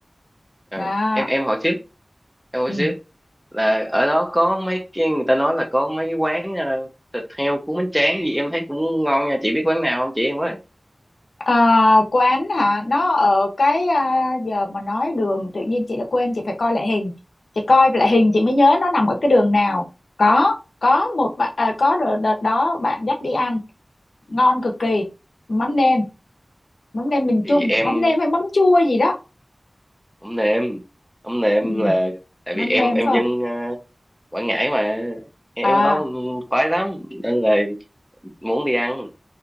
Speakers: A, in the centre; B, on the left.
A: ừ.
B: đó
A: em em hỏi tiếp em hỏi
B: ừ.
A: tiếp là ở đó có mấy cái người ta nói là có mấy quán ờ, thịt heo cuốn bánh tráng gì em thấy cũng ngon nha chị biết quán nào không chị em ơi
B: Ờ, quán hả nó ở cái à, giờ mà nói đường tự nhiên chị đã quên chị phải coi lại hình chị coi lại hình chị mới nhớ nó nằm ở cái đường nào có có một bạn à, có đợt, đợt đó bạn dắt đi ăn ngon cực kỳ mắm nêm mắm nêm miền
A: thì
B: Trung
A: em
B: mắm nêm hay mắm chua gì đó
A: không nêm không nêm
B: ừ,
A: là tại
B: mắm
A: vì em
B: nêm
A: em
B: phải
A: dân
B: không
A: ờ, Quảng Ngãi mà em
B: à
A: em ở đó khoái lắm nên là muốn đi ăn